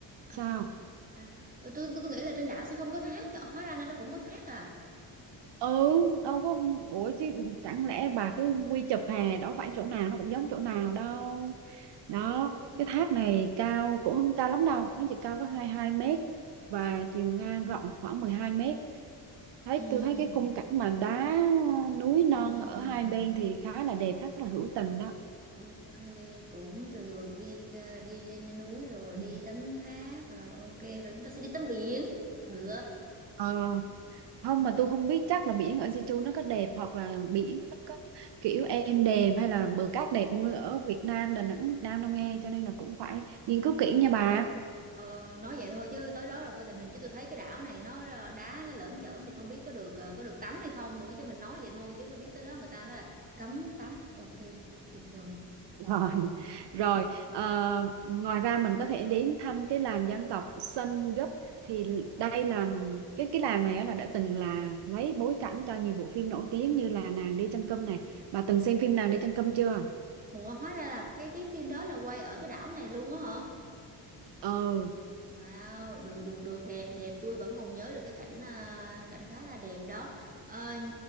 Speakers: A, on the right (about 20°); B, on the right (about 65°).
A: À,
B: sao?
A: à, ừ, tôi tôi nghĩ là trên đảo sẽ không có thác chứ hóa ra là nó cũng có thác à
B: Ừ, đâu có ủa chứ chẳng lẽ bà cứ quy chụp hè đâu phải chỗ nào nó cũng giống chỗ nào đâu. Đó,
A: ừ
B: cái thác này cao cũng không cao lắm đâu, nó chỉ cao có hai hai mét và chiều ngang rộng khoảng 12 mét thấy
A: ừm,
B: tôi thấy cái khung cảnh mà đá núi non
A: ừm,
B: ở hai bên thì khá là đẹp rất là hữu tình đó
A: ok cũng được đi ờ, đi trên núi rồi
B: Ừ.
A: đi tắm thác rồi ok rồi chúng ta sẽ đi tắm biển được
B: Ờ, không mà tôi không biết chắc là biển ở Jeju nó có đẹp hoặc là biển nó có kiểu êm đềm hay là bờ cát đẹp như ở Việt Nam Đà Nẵng Việt Nam đâu nghe cho nên là cũng phải nghiên cứu kỹ nha bà
A: ờ, nói vậy thôi chứ tới đó là coi tình hình chứ tôi thấy cái đảo này nó là đá nó lởm chởm thì không biết có được ờ, có được tắm hay không nữa chứ mình nói vậy thôi chứ cứ biết tới đó người ta nói là cấm tắm ok tuyệt vời
B: Rồi, rồi ờ, ngoài ra mình có thể đến thăm cái làng dân tộc Sun Gấp thì đây là cái cái làng này á là đã từng là lấy bối cảnh cho nhiều bộ phim nổi tiếng như là Nàng đi chân cơm này. Bà từng xem phim Nàng đi chân cơm chưa?
A: Ủa hóa ra là cái cái phim đó là quay ở cái đảo này luôn á hả?
B: Ừ,
A: Wow, được được được đẹp đẹp, tôi vẫn còn nhớ được cái cảnh à, cảnh khá là đẹp đó. Ờ,